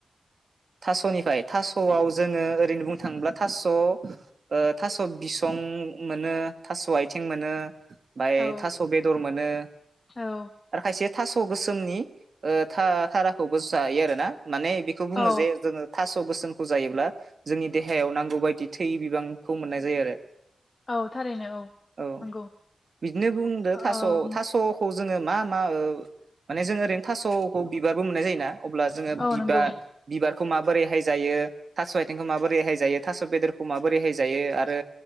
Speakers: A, on the right; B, on the left.
A: थास'निफाय थास'आव जोङो ओरैनो बुंनो थाङोब्ला थास' ओ थास' बिसं मोनो थास' आइथिं मोनो। बाय
B: औ
A: थास' बेदर मोनो
B: औ
A: आरो खायसे थास' गोसोमनि ओ था -थाराखौबो जायो आरो ना। माने बेखौ बुङो
B: औ
A: जे जोङो थास' <unintelligible> गोसोमखौ जायोब्ला जोंनि देहायाव नांगौ बायदि थै बिबांखौ मोननाय जायो आरो।
B: औ थारैनो
A: औ
B: नंगौ
A: बिदिनो बुंदो
B: ओ
A: थास' थास'खौ जोङो मा मा ओ माने जोङो ओरैनो थास'खौ बिबारबो मोननाय जायोना अब्ला जोङो
B: औ
A: बिबा
B: नंगौ
A: बिबारखौ माबोरैहाय जायो थास' आइथेंखौ माबोरैहाय जायो थास' बेदरखौ माबोरैहाय जायो आरो